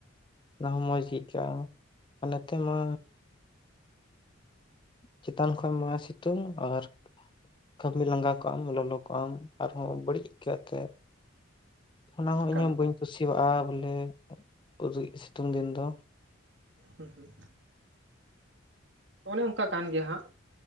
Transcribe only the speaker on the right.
ᱮᱠᱟᱞ
ᱮᱠᱟᱞ
ᱦᱩᱸ ᱦᱩᱸ ᱚᱱᱮ ᱚᱱᱠᱟ ᱠᱟᱱ ᱜᱮᱭᱟ ᱦᱟᱸᱜ